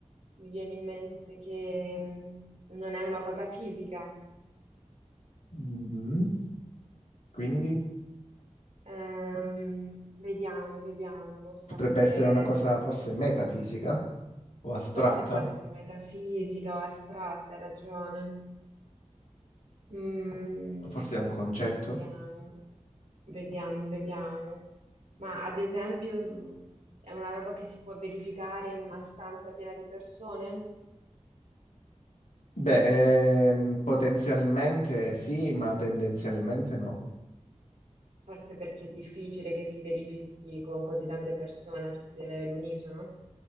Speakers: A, on the right; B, on the left.
A: mi viene in mente che mh, non è una cosa fisica.
B: Mm, Quindi
A: Ehm, vediamo, vediamo, non so
B: potrebbe
A: se
B: essere una cosa forse metafisica o astratta,
A: forse può essere metafisica o astratta, hai ragione. Mm,
B: o forse è un concetto?
A: vediamo, vediamo, vediamo. Ma ad esempio è una roba che si può verificare in una stanza piena di persone?
B: Beh, ehm, potenzialmente sì, ma tendenzialmente no.
A: Forse perché è difficile che si verifichi con così tante persone, tutte all'unisono.